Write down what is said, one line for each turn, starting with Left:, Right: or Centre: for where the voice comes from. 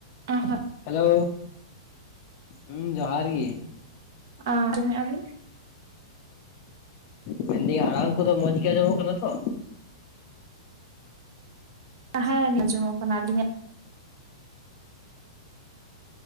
Right: ᱮᱸ ᱦᱮᱜ ᱾
Left: ᱦᱮᱞᱳ ᱦᱩᱸ ᱡᱚᱦᱟᱨ ᱜᱮ ᱾
Right: ᱟᱸᱢᱚᱢ ᱮᱜᱟ ᱵᱤᱱ?
Left: ᱢᱮᱱ ᱫᱤᱹᱧ ᱟᱲᱟᱝ ᱠᱚᱫᱚ ᱢᱚᱡᱽ ᱜᱮ ᱟᱸᱡᱚᱢᱚᱜ ᱠᱟᱱᱟ ᱛᱚ?
Right: ᱦᱮᱸ ᱟᱸᱡᱚᱢᱚᱜ ᱠᱟᱱᱟ, ᱟᱹᱞᱤᱧ ᱟᱜ?